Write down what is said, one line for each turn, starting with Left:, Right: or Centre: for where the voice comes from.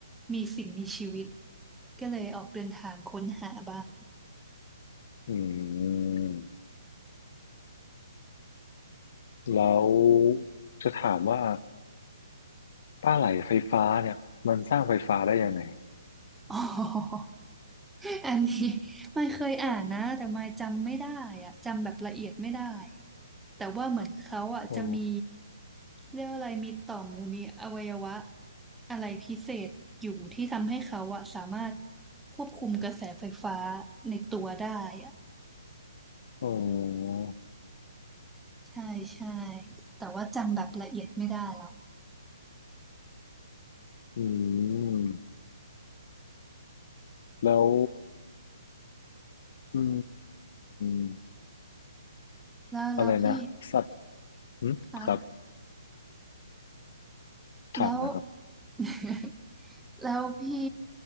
Centre: มีสิ่งมีชีวิตก็เลยออกเดินทางค้นหาบ้าง
Left: อืมแล้วจะถามว่าป้าไหลไฟฟ้าเนี่ยมันสร้างไฟฟ้าได้ยังไง
Centre: <laughs> อ๋อ อันนี้ <laughs> ไม่เคยอ่านนะแต่ไม่จำไม่ได้อะจำแบบละเอียดไม่ได้แต่ว่าเหมือนเขาอ่ะจะมี
Left: อ
Centre: เรียกว่าอะไรมีต่อมหรือมีอวัยวะอะไรพิเศษอยู่ที่ทำให้เขาอ่ะสามารถควบคุมกระแสไฟฟ้าในตัวได้อะ
Left: อ๋อ
Centre: ใช่ใช่แต่ว่าจำแบบละเอียดไม่ได้ละ
Left: อืมแล้วอืม
Centre: แล้วแล้วพี่
Left: อะไรนะ สัตว์อืมครับ
Centre: คะ
Left: ถามนะครับ
Centre: แล้ว <laughs> แล้วพี่